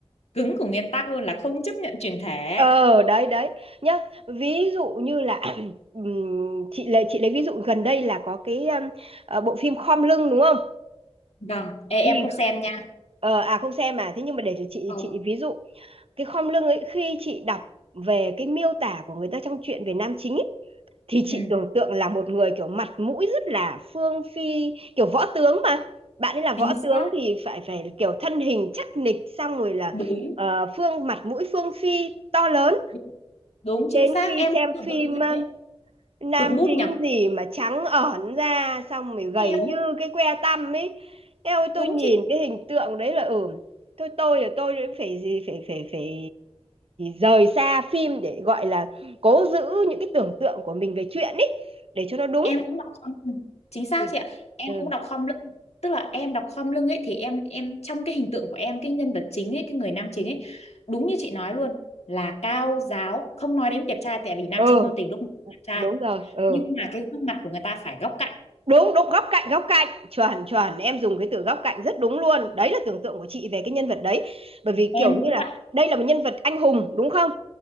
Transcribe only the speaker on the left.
cứng của nguyên tắc luôn là không chấp nhận chuyển thể
vâng Ê, em
không xem nha
Ừ.
Ừ.
Chính
xác
Đúng,
đúng, đúng,
chính xác,
em
cũng tưởng
tượng như
thế.
Tụt mút
nhỉ?
Theo,
đúng
chị,
em cũng đọc khom lưng. Chính xác
chị ạ. Em
cũng đọc khom lưng. Tức là em đọc khom lưng ấy thì em em trong cái hình tượng của em cái nhân vật chính ấy, cái người nam chính ấy, đúng như chị nói luôn là cao giáo, không nói đến đẹp trai tại vì nam
chính ngôn tình lúc nào cũng đẹp trai.
Nhưng mà cái gương mặt của người ta phải góc cạnh.
Em
cũng
vậy,